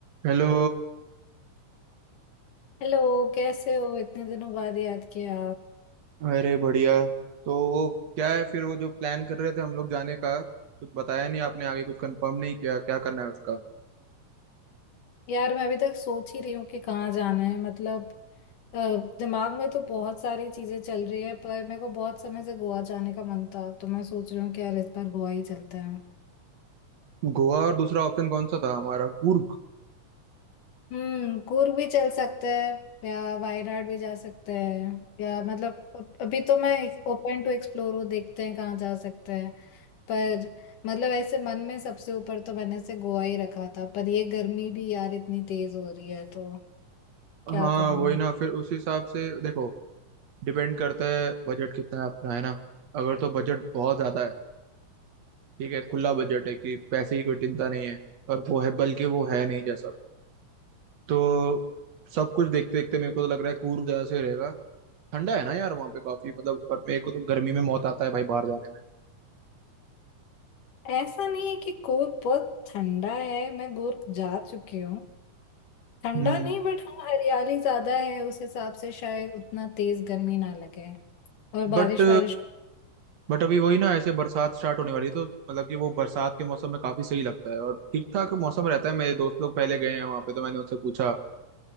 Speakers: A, on the right; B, on the left.
A: Hello
B: Hello कैसे हो इतने दिनों बाद याद किया
A: अरे बढ़िया तो वो क्या है फिर वो जो प्लान कर रहे थे हम लोग जाने का कुछ बताया नहीं आपने आगे कुछ कंफर्म नहीं किया क्या करना है उसका
B: यार मैं अभी तक सोच ही रही हूँ कि कहाँ जाना है मतलब अ, दिमाग में तो बहुत सारी चीजें चल रही है पर मेरे को बहुत समय से गोवा जाने का मन था तो मैं सोच रही हूँ कि यार इस बार गोवा ही चलते हैं
A: गोवा और दूसरा ऑप्शन कौन सा था हमारा कुर्ग
B: हम्म कूर्ग भी चल सकते हैं या वायनाड भी जा सकते हैं या मतलब अ- अभी तो मैं ओपन टू एक्सप्लोर हूँ देखते हैं कहाँ जा सकते हैं पर मतलब ऐसे मन में सबसे ऊपर तो मैंने से गोवा ही रखा था पर ये गर्मी भी यार इतनी तेज हो रही है तो क्या
A: हाँ
B: कहूँ
A: वही
B: मैं
A: ना फिर उस हिसाब से देखो डिपेंड करता है बजट कितना है अपना है ना अगर तो बजट बहुत ज्यादा है ठीक है खुला बजट है कि पैसे की कोई चिंता नहीं है और वो है बल्कि वो है नहीं जैसा तो सब कुछ देखते देखते मेरे को तो लग रहा है कूर्ग ज्यादा सही रहेगा ठंडा है ना यार वहाँ पे काफी मतलब और मेरे को तो गर्मी में मौत आता है भाई बाहर जाने में
B: ऐसा नहीं है कि गोवा बहुत ठंडा है मैं गोवा जा चुकी हूँ ठंडा
A: हम्म
B: नहीं बट हाँ हरियाली ज्यादा है उस हिसाब से शायद उतना तेज गर्मी ना लगे और बारिश
A: बट
B: वारिश
A: बट अभी वही ना ऐसे बरसात स्टार्ट होने वाली है तो मतलब कि वो बरसात के मौसम में काफी सही लगता है और ठीक ठाक मौसम रहता है मेरे दोस्त लोग पहले गए हैं वहाँ पे तो मैंने उनसे पूछा कि